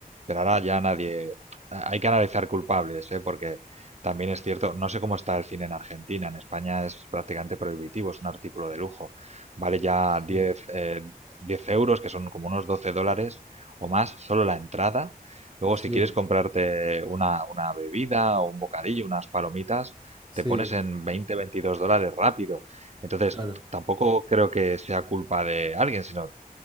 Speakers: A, on the right (about 45°); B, on the right (about 30°).
A: pero ahora ya nadie. Hay que analizar culpables, ¿eh? Porque también es cierto, no sé cómo está el cine en Argentina. En España es prácticamente prohibitivo, es un artículo de lujo. Vale ya
B: sí,
A: 10 eh, 10 euros, que son como unos 12 dólares o más, solo la entrada. Luego,
B: sí,
A: si quieres comprarte una, una bebida o un bocadillo, unas palomitas,
B: sí,
A: te pones en 20 22 dólares rápido. Entonces,
B: claro,
A: tampoco creo que sea culpa de alguien, sino